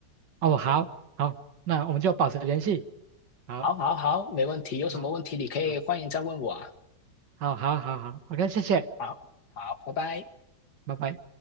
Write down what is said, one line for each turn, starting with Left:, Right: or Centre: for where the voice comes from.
Right: 哦，好，好，那我们就保持联系。好，
Left: 好，好，好，没问题。有什么问题你可以欢迎再问我啊。
Right: 好，好，好，好，好，好，OK，谢谢，
Left: 好，好，拜拜。
Right: 拜拜。